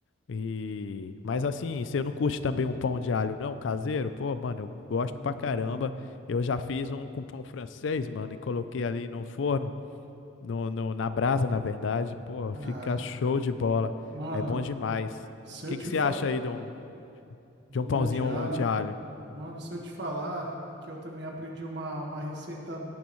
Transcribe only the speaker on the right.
Hum,
ah,
mano,
se
eu
te
fa...
do
pão
de alho.
Mano, se eu te falar que eu também aprendi uma, uma receita